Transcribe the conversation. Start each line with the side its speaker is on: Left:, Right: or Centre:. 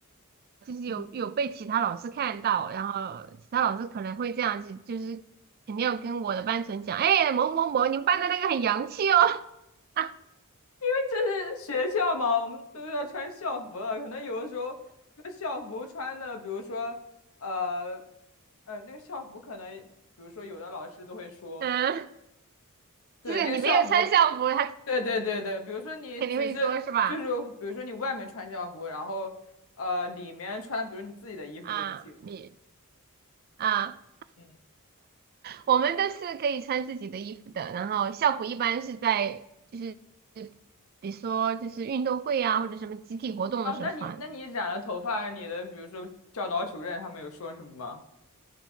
Right: 就是有有被其他老师看到，
Left: 嗯。
Right: 然后其他老师可能会这样子，就是肯定要跟我的班主任讲，哎，某某某，你们班的那个很洋气哦，<laughs>
Left: 因为这是学校嘛，我们都要穿校服了。可能有的时候，这个校服穿的，比如说，呃，呃，那个校服可能，比如说有的老师都会说，
Right: 嗯，
Left: 对，
Right: 就是你没有穿校服，
Left: 那个校服，
Right: 他
Left: 对对对对，比如说你只是就是，
Right: 肯定会说是吧？
Left: 比如说你外面穿校服，然后呃里面穿，比如你自己的衣服都不行。
Right: 啊，你。啊。
Left: 嗯，
Right: 我们都是可以穿自己的衣服的，然后校服一般是在就是比如说就是运动会啊或者什么集体活动的时候穿。
Left: 哦，那你那你染了头发，你的比如说教导主任他们有说什么吗？